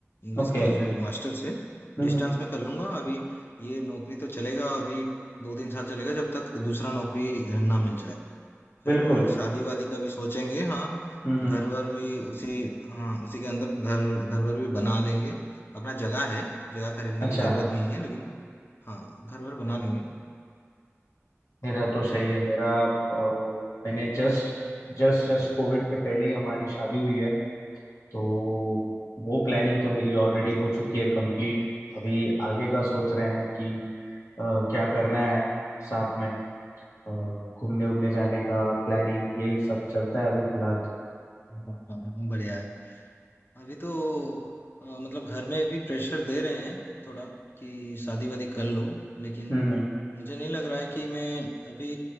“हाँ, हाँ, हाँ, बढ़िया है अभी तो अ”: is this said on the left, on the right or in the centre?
Left